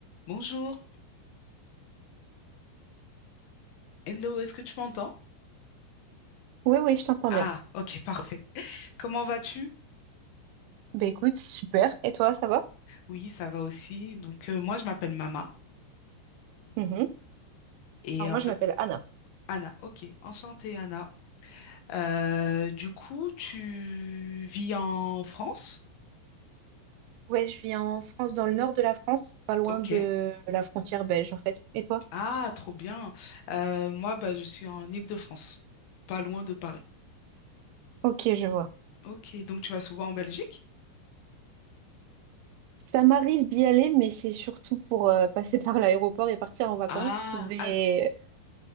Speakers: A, on the left (about 65°); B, on the right (about 80°).
A: Bonjour, hello, est-ce que tu m'entends?
B: Oui, oui, je t'entends
A: Ah,
B: bien.
A: ok, parfait. <laughs> Comment vas-tu?
B: Ben écoute, super. Et toi, ça va?
A: Oui, ça va aussi. Donc, euh, moi, je m'appelle Mama
B: Mhm.
A: et
B: Alors moi,
A: en fait,
B: je m'appelle Anna.
A: Anna. Ok, enchantée, Anna. Euh, du coup, tu vis en France?
B: Ouais, je vis en France, dans le nord de la France, pas loin
A: Ok.
B: de la frontière belge, en fait. Et toi?
A: Ah, trop bien. Euh, moi, bah, je suis en Île-de-France, pas loin de Paris.
B: Ok, je vois.
A: Ok, donc tu vas souvent en Belgique?
B: Ça m'arrive d'y aller, mais c'est surtout pour euh, passer <laughs> par l'aéroport et partir en vacances.
A: Ah,
B: Mais
A: ah,